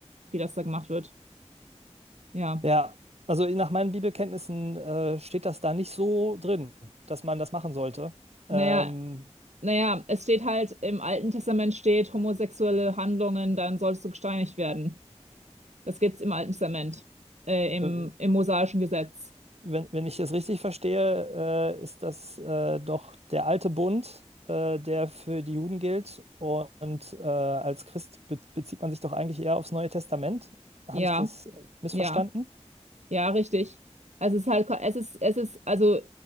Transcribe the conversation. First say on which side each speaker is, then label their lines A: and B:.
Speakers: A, on the right (about 75°); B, on the right (about 65°).
A: wie das da gemacht wird. Ja.
B: Ja, also nach meinen Bibelkenntnissen äh, steht das da nicht so drin, dass man das machen sollte.
A: Naja,
B: Ähm,
A: Naja, es steht halt, im Alten Testament steht, homosexuelle Handlungen, dann sollst du gesteinigt werden. Das gibt's im Alten Testament, äh, im,
B: äh,
A: im mosaischen Gesetz.
B: wenn, wenn ich das richtig verstehe, äh, ist das äh, doch der alte Bund, äh, der für die Juden gilt. Und äh, als Christ be bezieht man sich doch eigentlich eher aufs Neue Testament. Habe
A: Ja,
B: ich das missverstanden?
A: ja. Ja, richtig. Also es ist halt, es ist, es ist, also